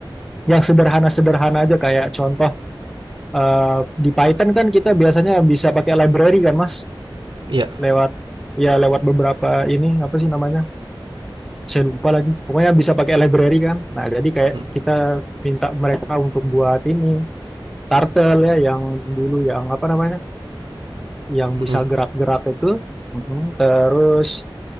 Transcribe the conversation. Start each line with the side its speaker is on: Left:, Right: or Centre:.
Centre: yang sederhana-sederhana aja, kayak contoh eh, di Python kan kita biasanya bisa pakai library kan Mas
Right: Iya,
Centre: lewat ya lewat beberapa ini apa sih namanya saya lupa lagi pokoknya bisa pakai library kan nah jadi kayak
Right: Hmm,
Centre: kita minta mereka untuk buat ini turtle ya yang dulu yang apa namanya yang
Right: hmm,
Centre: bisa gerak-gerak itu Mhm. terus